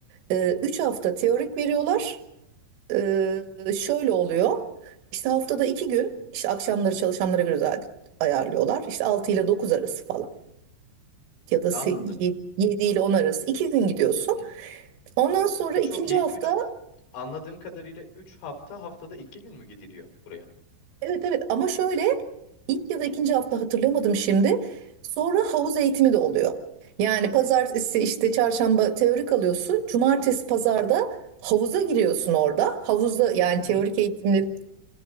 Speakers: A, on the right; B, on the left.
A: e, üç hafta teorik veriyorlar. Ee, şöyle oluyor. İşte haftada iki gün işte akşamları çalışanlara göre zaten ayarlıyorlar. İşte 6 ile 9 arası falan ya da
B: Anladım.
A: 7 ile 10 arası iki gün gidiyorsun.
B: Hı.
A: Ondan sonra
B: E
A: ikinci
B: çok iyi.
A: hafta
B: 3 anladığım kadarıyla 3 hafta haftada 2 gün mü gidiliyor buraya?
A: evet evet ama şöyle ilk ya da ikinci hafta hatırlamadım şimdi. Sonra havuz eğitimi de oluyor. Yani pazartesi işte çarşamba teorik alıyorsun. Cumartesi pazarda havuza giriyorsun orada. Havuzda yani
B: Bildiğin
A: teorik eğitimleri.